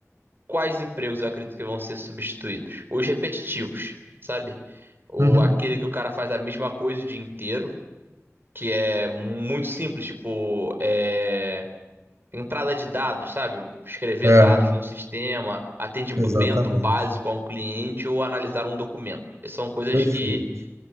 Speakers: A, on the right (about 45°); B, on the right (about 65°).
A: Quais empregos eu acredito que vão ser substituídos? Os repetitivos, sabe? O,
B: uhum.
A: aquele que o cara faz a mesma coisa o dia inteiro. que é muito simples, tipo, é, entrada de dados, sabe? Escrever
B: É,
A: dados num sistema, atendimento
B: exatamente.
A: básico a um cliente ou analisar um documento. Essas São coisas
B: Perfeito.
A: que